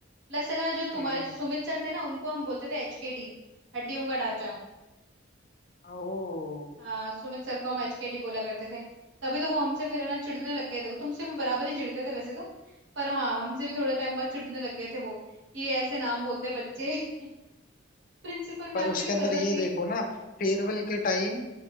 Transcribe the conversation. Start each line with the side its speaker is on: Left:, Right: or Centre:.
Right: प्लस है ना जो तुम्हारे
Left: हम्म
Right: जो सुमित सर थे ना उनको हम बोलते थे एचकेडी हड्डियों का ढांचा
Left: ओ
Right: हाँ सुमित सर को हम एचकेडी बोला करते थे तभी तो वो हमसे फिर है ना चिढ़ने लग गए थे वो तुमसे भी बराबर ही चिढ़ते थे वैसे तो पर हाँ हमसे भी थोड़े टाइम बाद चिढ़ने लग गए थे वो कि ये ऐसे नाम बोलते बच्चे <laughs> प्रिंसिपल
Left: पर
Right: मैम
Left: उसके
Right: भी तो
Left: अंदर
Right: गजब
Left: ये
Right: थी
Left: देखो ना फेयरवेल के टाइम